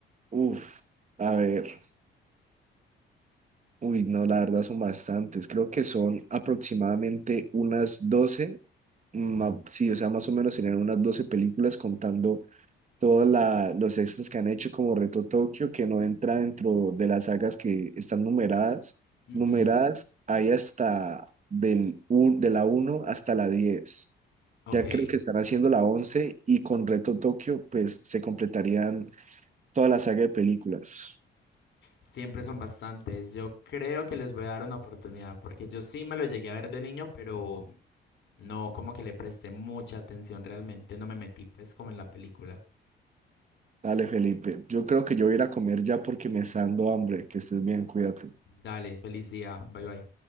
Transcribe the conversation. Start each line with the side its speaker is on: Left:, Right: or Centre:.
Right: Uf, a ver, uy, no, la verdad son bastantes. Creo que son aproximadamente unas 12 ma-
Left: Ujú,
Right: sí, o sea, más o menos tenían unas 12 películas contando todos los extras que han hecho como Reto Tokio, que no entra dentro de las sagas que están numeradas.
Left: ujú,
Right: Numeradas hay hasta del un- de la uno hasta la diez
Left: Ok.
Right: Ya creo que están haciendo la 11 y con Reto Tokio pues se completarían toda la saga de películas.
Left: Siempre son bastantes. Yo creo que les voy a dar una oportunidad, porque yo sí me lo llegué a ver de niño, pero No, como que le presté mucha atención realmente, no me metí pues como en la película.
Right: Dale, Felipe. Yo creo que yo voy a ir a comer ya porque me está dando hambre. Que estés bien, cuídate.
Left: Dale, feliz día, bye bye.